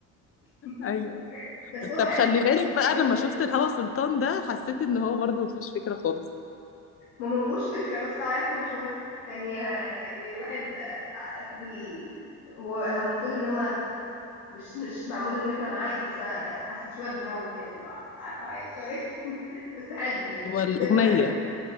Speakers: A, on the left (about 80°); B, on the left (about 35°).
A: <laughs>
B: أيوه،
A: بس هو
B: طب
A: حلو
B: خلّي
A: الفيلم
B: بالِك بقى
A: الفيلم
B: أنا لمّا شُفت الهوا سلطان ده حسّيت إن هو برضه ما فيهوش فكرة خالص،
A: ما ما فيهوش فكره بس عيطنا شويه يعني يعني الواحد آه، فضل هو هو المفروض ان هو مش مش معمول ان احنا نعيط بس حسيت شويه دراما كده اللي هو قعدت اعيط شويه <laughs> بس حلو يعني
B: هو الأغنية،
A: فيلم حلو